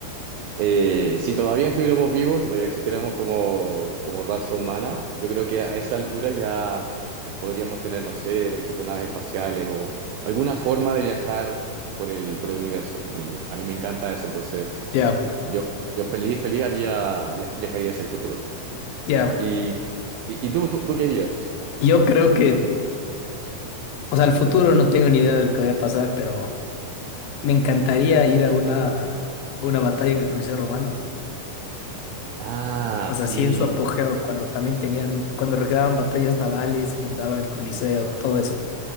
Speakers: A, on the right; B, on the left.
A: Eh, si todavía estuviéramos vivos, si todavía existiéramos como, como raza humana, yo creo que a esa altura ya podríamos tener, no sé, por ejemplo, naves espaciales o alguna forma de viajar por el, por el universo. Y a mí me encanta eso, entonces
B: Ya.
A: yo, yo feliz, feliz haría, via- viajaría hacia el futuro.
B: Ya.
A: ¿Y, y, y tú, tú, tú qué harías?
B: Yo creo que O sea, al futuro no tengo ni idea de lo que vaya a pasar, pero me encantaría ir a una, una batalla en el Coliseo Romano.
A: Ah,
B: O sea,
A: sí,
B: sí en su apogeo, cuando también tenían, cuando regaban batallas navales, inundaban el Coliseo, todo eso.